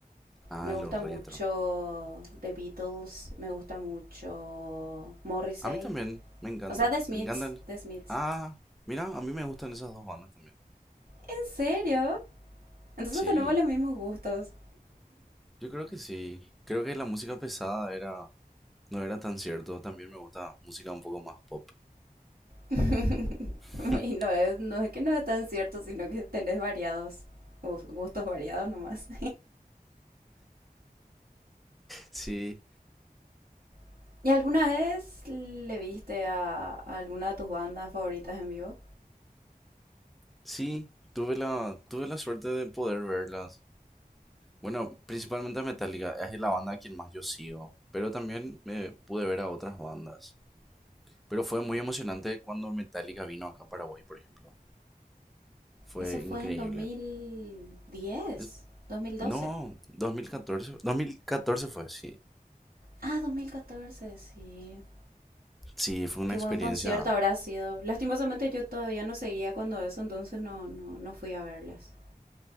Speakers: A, in the centre; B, on the right.
A: Ah,
B: Me gusta
A: lo retro.
B: mucho The Beatles, me gusta mucho Morrissey.
A: A mí también, me encanta.
B: O sea, The Smiths,
A: Me encantan.
B: The Smiths.
A: Ah, mira, a mí me gustan esas dos bandas también.
B: ¿En serio? Entonces
A: Sí,
B: tenemos los mismos gustos.
A: yo creo que sí. Creo que la música pesada era no era tan cierto. También me gusta música un poco más pop.
B: <laughs>
A: <laughs>
B: y no es, no es que no es tan cierto, sino que tenés variados. gus- Gustos variados nomás.
A: Sí,
B: <laughs> ¿Y alguna vez le viste a, a alguna de tus bandas favoritas en vivo?
A: sí, tuve la tuve la suerte de poder verlas. Bueno, principalmente a Metallica, es la banda a quien más yo sigo, pero también me pude ver a otras bandas. Pero fue muy emocionante cuando Metallica vino acá a Paraguay, por ejemplo. Fue
B: Eso fue
A: increíble.
B: en 2010,
A: Es-
B: 2012.
A: no, 2014, 2014 fue, sí.
B: Ah, 2014, sí.
A: Sí, fue una
B: Qué
A: experiencia.
B: buen concierto habrá sido. Lastimosamente yo todavía no seguía cuando eso, entonces no, no, no fui a verles.